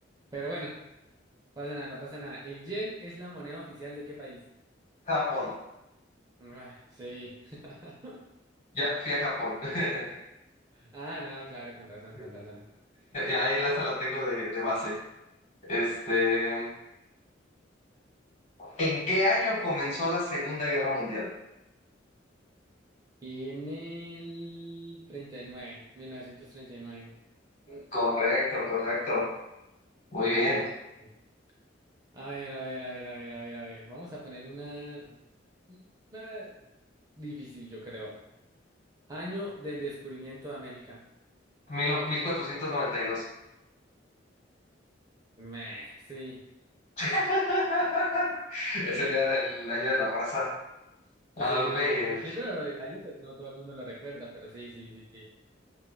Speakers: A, on the right (about 20°); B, on the left (about 40°).
A: Pero bueno, pasa nada, no pasa nada. El yen es la moneda oficial de qué país?
B: Japón.
A: Ah, sí. <laughs>
B: Ya fui a Japón. <laughs>
A: Ah, no, claro, con razón,
B: Y
A: con razón.
B: ahí la, esa la tengo de, de base. Este, ¿en qué año comenzó la Segunda Guerra Mundial?
A: Y en el 39, 1939.
B: Correcto, correcto. Muy
A: Sí,
B: bien.
A: sí. sí. A ver, a ver, a ver, a ver, a ver, a ver. Vamos a poner una, una difícil, yo creo. Año del descubrimiento de América.
B: Mil no- 1492.
A: Meh, sí.
B: <laughs> Es el día, el año de la raza.
A: Sí,
B: A ver,
A: pues sí, pero el año, pues no todo el mundo lo recuerda, pero sí, sí, sí, sí.